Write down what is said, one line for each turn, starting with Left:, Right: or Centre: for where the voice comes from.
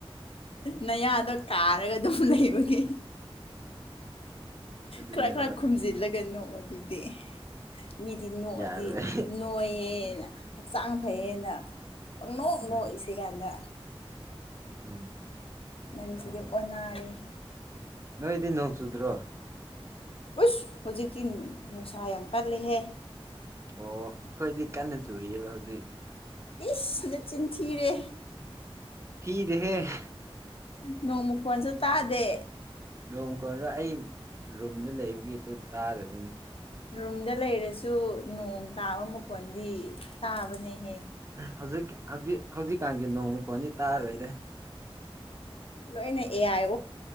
Left: ꯅꯌꯥꯗꯣ ꯀꯥꯔꯒ ꯑꯗꯨꯝ ꯂꯩꯕꯒꯤ
Right: ꯑꯗꯨꯅꯦꯕ
Left: ꯈꯔ ꯈꯔ ꯈꯨꯝꯖꯤꯜꯂꯒꯅꯣ ꯑꯗꯨꯗꯤ ꯃꯤꯗꯤ ꯅꯣꯛꯑꯗꯤ
Right: ꯌꯥꯔꯣꯏ
Left: ꯅꯣꯏꯌꯦꯅ ꯍꯛꯆꯥꯡ ꯐꯩꯌꯦꯦꯅ ꯅꯣꯛ
Right: ꯎꯝ
Left: ꯅꯣꯛꯏꯁꯤ ꯀꯥꯟꯗ
Right: ꯎꯝ
Left: ꯅꯪꯁꯤꯗꯤ ꯑꯣꯟꯅꯔꯦ
Right: ꯅꯣꯏꯗꯤ ꯅꯣꯡ ꯆꯨꯗ꯭ꯔꯣ
Left: ꯎꯁ ꯍꯧꯖꯤꯛꯇꯤ ꯅꯨꯡꯁꯥ ꯌꯥꯝ ꯀꯜꯂꯦꯍꯦ
Right: ꯑꯣ ꯑꯩꯈꯣꯏꯗꯤ ꯀꯟꯅ ꯆꯨꯔꯤꯑꯕ ꯍꯧꯖꯤꯛ
Left: ꯏꯁꯅ ꯆꯤꯟꯊꯤꯔꯦ
Right: ꯐꯗꯦ ꯍꯦ
Left: ꯅꯣꯡ ꯃꯈꯣꯟꯁꯨ ꯇꯥꯗꯦ
Right: ꯅꯣꯡ ꯀꯣꯟꯗ ꯑꯩ ꯔꯨꯝꯗ ꯂꯩꯕꯒꯤ ꯑꯗꯨ ꯇꯥꯗꯕꯅꯤ
Left: ꯔꯨꯝꯗ ꯂꯩꯔꯁꯨ ꯅꯣꯡ ꯇꯥꯕ ꯃꯈꯣꯟꯗꯤ ꯇꯥꯕꯅꯦꯍꯦ
Right: ꯍꯧꯖꯤꯛ ꯍꯧꯖꯤꯛ ꯍꯧꯖꯤꯛꯀꯥꯟꯒꯤ ꯅꯣꯡꯃꯨꯛ ꯈꯣꯅꯤ ꯇꯥꯔꯣꯏꯗ
Left: ꯂꯣꯏꯅꯦ ꯑꯦꯑ